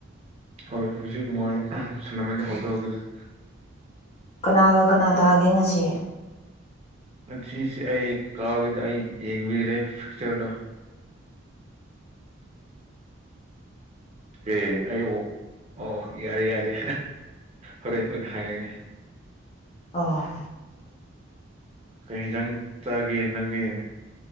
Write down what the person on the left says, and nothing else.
ꯀꯅꯥꯒ ꯀꯅꯥ ꯇꯥꯒꯦ ꯉꯁꯤ
ꯑꯣ